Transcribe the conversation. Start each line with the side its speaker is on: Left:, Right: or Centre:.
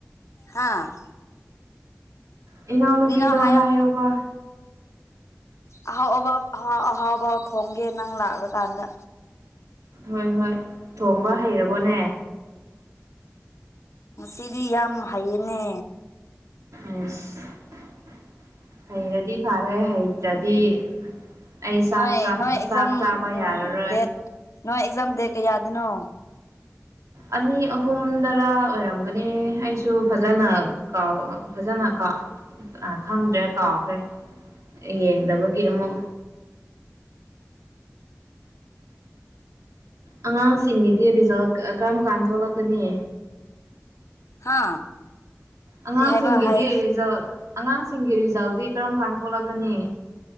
Left: ꯍꯥꯥ
Right: ꯏꯅꯥꯎꯅꯨꯄꯤꯗꯣ
Left: ꯀꯔꯤꯅꯣ ꯍꯥꯏꯌꯣ
Right: ꯍꯥꯏꯌꯣꯕ
Left: ꯑꯍꯥꯎ ꯑꯕꯥ ꯑꯍꯥꯎ ꯑꯍꯥꯎꯕꯥ ꯊꯣꯡꯒꯦ ꯅꯪ ꯂꯥꯛꯂꯀꯥꯟꯗ
Right: ꯍꯣꯏ ꯍꯣꯏ ꯊꯣꯡꯕ ꯍꯩꯔꯕꯣꯅꯦ
Left: ꯉꯁꯤꯗꯤ ꯌꯥꯝ ꯍꯩꯌꯦꯅꯦ
Right: ꯑꯦꯁ ꯍꯩꯔꯗꯤ ꯐꯔꯦ ꯍꯩꯇ꯭ꯔꯗꯤ ꯑꯩ ꯆꯥꯛ
Left: ꯅꯣꯏ
Right: ꯆꯥꯛ
Left: ꯅꯣꯏ ꯑꯦꯛꯖꯥꯝ
Right: ꯆꯥꯛ ꯆꯥꯕ ꯌꯥꯔꯔꯣꯏ
Left: ꯎꯝ ꯗꯦꯠ ꯅꯣꯏ ꯑꯦꯛꯖꯥꯝ ꯗꯦꯠ ꯀꯌꯥꯗꯅꯣ
Right: ꯑꯅꯤ ꯑꯍꯨꯝꯗꯔ ꯑꯣꯏꯔꯝꯒꯅꯤ ꯑꯩꯁꯨ ꯐꯖꯅ ꯀꯥꯎ ꯐꯖꯅ ꯀꯥꯎ ꯑꯥ ꯈꯪꯗ꯭ꯔꯦ ꯀꯥꯎꯈ꯭ꯔꯦ ꯌꯦꯡꯗꯕꯒꯤ ꯑꯃꯨꯛ ꯑꯉꯥꯡꯁꯤꯡꯒꯤꯗꯤ ꯔꯤꯖꯜ ꯀꯔꯝ ꯀꯥꯟꯗ ꯊꯣꯛꯂꯛꯀꯅꯤ
Left: ꯍꯥ
Right: ꯑꯉꯥꯡꯁꯤꯡꯒꯤꯗꯤ
Left: ꯀꯔꯤ ꯍꯥꯏꯕ ꯍꯥꯏ
Right: ꯔꯤꯖꯜ ꯑꯉꯥꯡꯁꯤꯡꯒꯤ ꯔꯤꯖꯜꯗꯤ ꯀꯔꯝ ꯀꯥꯟ ꯊꯣꯛꯂꯛꯀꯅꯤ